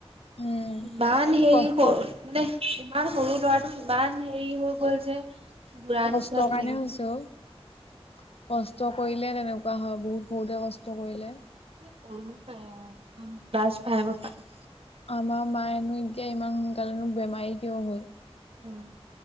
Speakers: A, on the left; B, on the right.
A: উম
B: ইমান হেৰি
A: কষ্ট
B: সৰু মানে ইমান সৰু ল'ৰাটো ইমান হেৰি হৈ গ'ল যে বুঢ়া নিচিনা
A: কষ্টৰ
B: তেনেকে
A: কাৰণে হৈছে অ'। কষ্ট কৰিলে তেনেকুৱা হয় বহুত সৰুতে কষ্ট কৰিলে।
B: সৰুৰ পৰাই একদম ক্লাছ ফাইভৰ পৰাই।
A: আমাৰ মায়েনো এতিয়া ইমান সোনকালেনো বেমাৰী কিয় হ'ল?
B: উম।